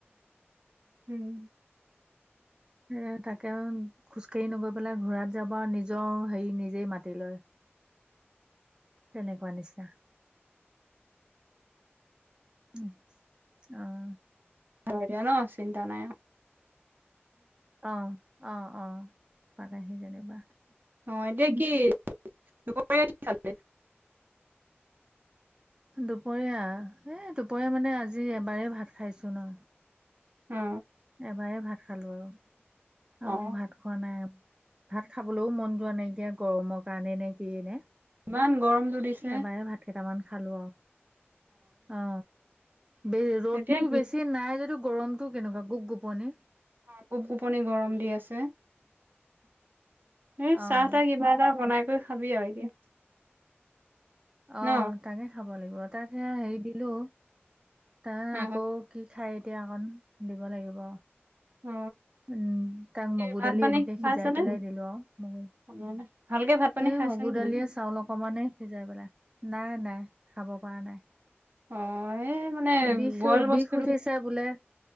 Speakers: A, on the right; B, on the right.
A: <inaudible>
B: এ তাকে খোজকাঢ়ি নগৈ পেলাই ঘূৰাত যাব আৰু নিজৰ হেৰি নিজেই মাতি লয়। তেনেকুৱা নিচিনা। ওঁ অঁ।
A: থৈ দিয়ে ন' চিন্তা নাই আও।
B: আহ অ অ পালেহি যেনিবা।
A: অ এতিয়া কি দূপৰীয়া কি খালি?
B: দুপৰীয়া, এই দুপৰীয়া মানে আজি এবাৰেই ভাত খাইছো ন'।
A: অ
B: এবাৰেই ভাত খালো আৰু আৰু
A: অ
B: ভাত খোৱা নাই। ভাত খাবলৈও মন যোৱা নাইকিয়া গৰমৰ কাৰণে নে কিয়ে নে?
A: ইমান গৰমটো দিছে
B: এবাৰে ভাত কেইটামান খালো আও। অ বে ৰ'দতটো
A: এতিয়া
B: বেছি নাই যদিও গৰমতটো কেনেকুৱা। গুপ গোপনী।
A: আহ গুপ গুপনি গৰম দি আছে। উম
B: অ'
A: চাহ তাহ কিবা এটা বনাই কৰি খাবি আৰু এতিয়া ন
B: অঁ তাকে খাব লাগিব তাক সে হেৰি দিলো। তাই
A: অ
B: আকৌ কি খাই এতিয়া অকণ দিব লাগিব আও।
A: অ
B: উম তাক মগুৰ
A: ভাত
B: দালি
A: পানী
B: এনেকে সিজাই
A: খাইছেনে?
B: পেলাই দিলো আৰু। মগু
A: অ ভালকে ভাত পানী
B: এ
A: খাইছে
B: মগু
A: নে
B: দালিয়ে
A: নাই?
B: চাউল অকমানে সিজাই পেলাই। নাই নাই, খাব খোৱা নাই।
A: অঁ এই মানে
B: বিষ
A: বইল
B: বিষ
A: বস্তু
B: উঠিছে বোলে